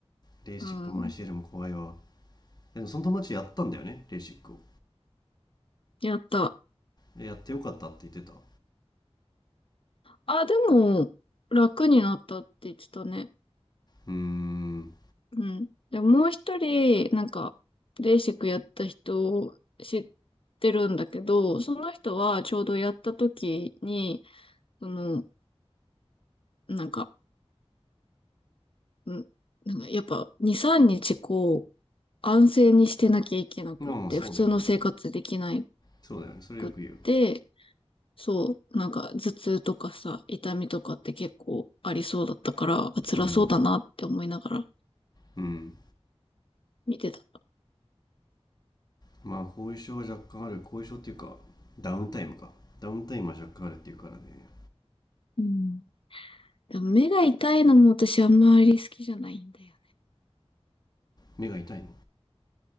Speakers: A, on the left; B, on the left.
A: レーシックもアイシェルも怖いわ
B: うん、
A: その友達やったんだよねレーシックを
B: やった。
A: でやってよかったって言ってた
B: あ、でも、楽になったって言ってたね。
A: うーん
B: うん。でも、もう一人、なんか、レーシックやった人を知ってるんだけど、その人はちょうどやった時に、その、なんか、んなんかやっぱ2、3日こう、安静にしてなきゃいけなくって、
A: まあそうだよね
B: 普通の生活できな
A: そうだよねそれよく言う
B: くって、そう、なんか頭痛とかさ、痛みとかって結構ありそうだったから、あ辛そうだなって思いながら
A: うんうん
B: 見てた。
A: まあ後遺症は若干ある後遺症っていうかダウンタイムかダウンタイムは若干あるっていうからね
B: うん。でも目が痛いのも私あんまり好きじゃないんだよね。
A: 目が痛いの